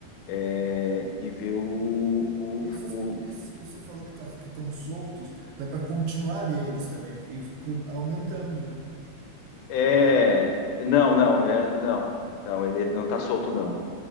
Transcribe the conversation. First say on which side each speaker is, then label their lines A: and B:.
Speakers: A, on the left; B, on the right.
A: é, e ver o, o,
B: Esses
A: o-
B: que, esses que você falou que tá, que estão soltos, dá para continuar deles também e com- aumentando, né?
A: é,
B: Também.
A: não, não, é, não, não. Ele não tá solto não.